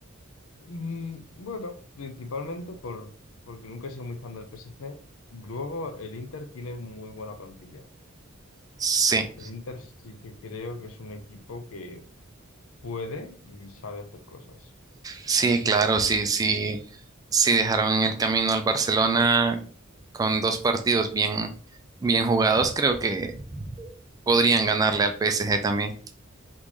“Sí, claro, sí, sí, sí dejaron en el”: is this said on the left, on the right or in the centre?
Right